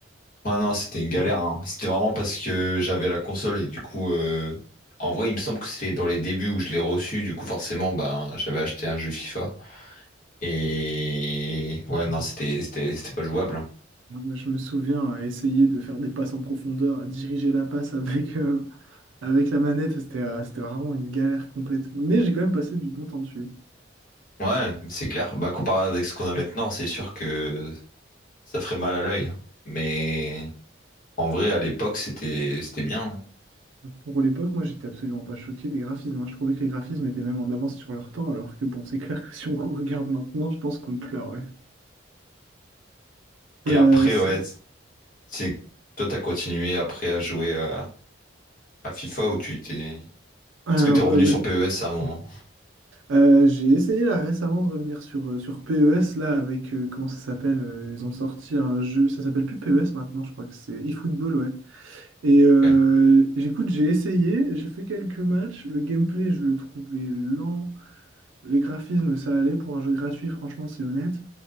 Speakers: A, on the left; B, on the right.
A: ouais, non, c'était une galère, hein. C'était vraiment parce que j'avais la console et du coup, euh, en vrai, il me semble que c'était dans les débuts où je l'ai reçu, du coup, forcément, ben, j'avais acheté un jeu FIFA. Et ouais, non, c'était c'était c'était pas jouable. hein.
B: <laughs> Moi, Je me souviens à essayer de faire des passes en profondeur, à diriger la passe avec, euh, avec la manette. C'était euh, c'était vraiment une galère complète. Mais j'ai quand même passé du bon temps dessus.
A: Ouais, c'est clair. Bah, comparé avec ce qu'on a maintenant, c'est sûr que ça ferait mal à l'œil. hein. Mais en vrai, à l'époque, c'était c'était bien. hein.
B: Pour l'époque, moi, j'étais absolument pas choqué des graphismes. hein. Je trouvais que les graphismes étaient même en avance sur leur temps, alors que bon, c'est clair que si on <laughs> regarde maintenant, je pense qu'on pleure, ouais.
A: Et
B: Euh,
A: après,
B: sinon-
A: ouais, c'est toi, t'as continué après à jouer euh, à FIFA ou tu t'es.
B: alors,
A: Est-ce que t'es revenu
B: euh, bah,
A: sur PES à un moment?
B: euh, j'ai essayé là récemment de revenir sur, euh, sur PES, là, avec, euh, comment ça s'appelle? euh, ils ont sorti un jeu, ça s'appelle plus PES maintenant, je crois que c'est eFootball, ouais. Et euh,
A: Ouais.
B: j'écoute, j'ai essayé, j'ai fait quelques matchs, le gameplay, je le trouvais lent, les graphismes, ça allait pour un jeu gratuit, franchement, c'est honnête.